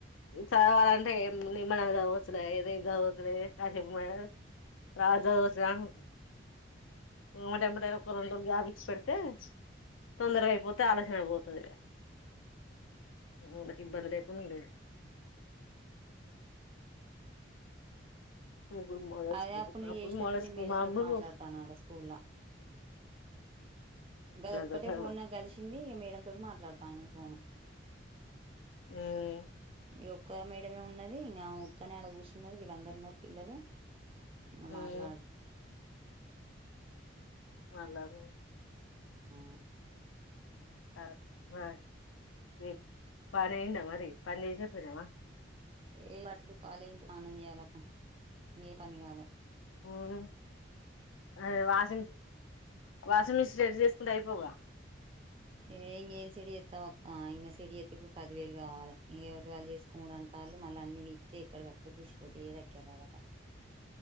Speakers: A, on the left; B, on the right.
A: చదవాలంటే ఏ నిమ్మలంగా చదవచ్చులే ఏది చడ్ కాశపు మ త్రా జ స <unintelligible> ఎమ్మటే ఒకటె ఒక రెండు రోజులు గపిచ్చి పెడితే తొందరగా అయిపోతే ఆలోచన పోతుంది వాళ్ళకి ఇబ్బంది లేయికుండా లేదు ఇప్పుడు మొ
B: అదే
A: స్క
B: నువ్వు
A: అప్పుడు
B: చేసినప్పుడు
A: మ
B: నీ
A: స్కు
B: మేడం
A: మాములు
B: తోటి మాట్లాడతాను
A: <unintelligible>
B: ఆడ స్కూల్లా గది ఒక్కటే
A: తోటి చదివాను
B: ఫోన్ నాకు కలిసింది ఇగ మేడం తోటి మాట్లాడతాను నీ ఫోను
A: మ్మ్
B: ఈ ఒక్క మేడమే ఉన్నది ఇంగ ఆ ఉత్తనే అడ కూర్చన్నది వీళ్ళందరు న్నారు పిల్లలు ఇకా
A: మ్మ్
B: మాట్లాడు
A: మాట్లాడదాం
B: ఉం
A: ఆ ఆ రీ పని అయందా మరి పని చేసే పోయినవా
B: ఏ పట్లు కాాల ద్యానం చేయాలక్క ఇం పని కాల <unintelligible>
A: ఉమ్ ఆది వాషింగ్ వాషింగ్ మిస్ ఉంటే అయిపోవుగా
B: ఏం చేస్ చెడి చేత్తవ్ అక్క ఇంకా చెడు చెత్తే ఇప్పుడు పదివేలు కావాలి ఎవరిది వాళ్ళు చేసుకో అంట వాళ్ళు మళ్ళీ అన్ని వీక్ క్కడికక్కడ కూర్సిపోతే ఏది అక్కర రాదట